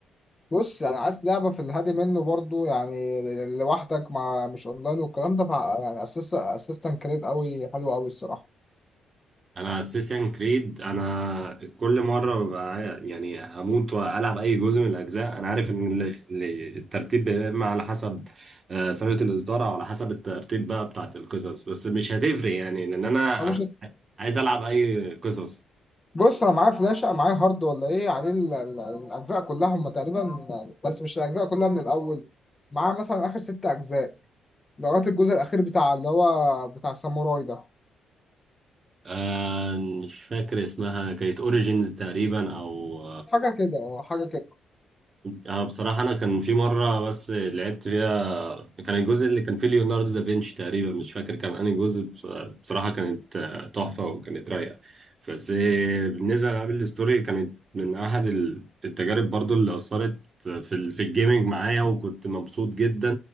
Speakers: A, on the left; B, on the right.
A: بص يعني عايز لعبة في الهادي منه برضو يعني لوحدك مع مش اونلاين والكلام ده مع- يعني اسيست اسيستنت كريت قوي حلو قوي الصراحة
B: انا اساسا كريد انا كل مره ببقى يعني هموت والعب اي جزء من الاجزاء انا عارف ان ال- ال- الترتيب بيبقى إما على حسب آه، سنه الاصدار او على حسب الترتيب بقى بتاعت القصص بس مش هتفرق يعني لان انا
A: أو مش
B: عايز العب اي قصص
A: بص انا معايا فلاشة أنا معايا هارد ولا ايه عليه ال- ال- الاجزاء كلها هم تقريبا بس مش الاجزاء كلها من الاول معاه مثلا اخر ست اجزاء لغاية الجزء الاخير بتاع اللي هو بتاع الساموراي ده
B: آه، مش فاكر اسمها كانت اوريجينز تقريبا او
A: حاجة كده اه حاجة كده
B: اه بصراحة أنا كان في مرة بس لعبت فيها كان الجزء اللي كان فيه ليوناردو دافنشي تقريبا مش فاكر كان أنهي جزء بص- بصراحة كانت آه، تحفة وكانت رايقة بس آه، بالنسبة لألعاب الستوري كانت من أحد ال- التجارب برضو اللي أثرت في ال- في الجيمنج معايا وكنت مبسوط جدا